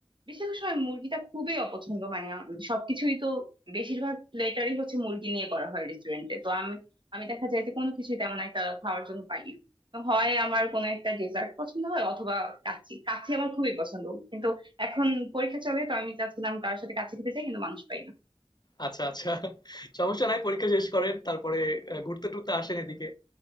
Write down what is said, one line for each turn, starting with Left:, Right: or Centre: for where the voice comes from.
Right: বেশিরভাগ সময় মুরগিটা খুবই অপছন্দ মানে আম- সবকিছুই তো বেশিরভাগ প্লেটারই হচ্ছে মুরগি নিয়ে করা হয় রেস্টুরেন্টে তো আমি আমি দেখা যায় যে কোনো কিছুই তেমন একটা খাওয়ার জন্য পাই না তো হয় আমার কোনো একটা ডেজার্ট পছন্দ হয় অথবা কাচ্চি কাচ্চি আমার খুবই পছন্দ কিন্তু এখন পরীক্ষা চলে তো আমি চাচ্ছিলাম কারোর সাথে কাচ্চি খেতে চাই কিন্তু মানুষ পাই না
Left: আচ্ছা, আচ্ছা। সমস্যা নাই পরীক্ষা শেষ করেন। তারপরে আ ঘুরতে-টুরতে আসেন এদিকে।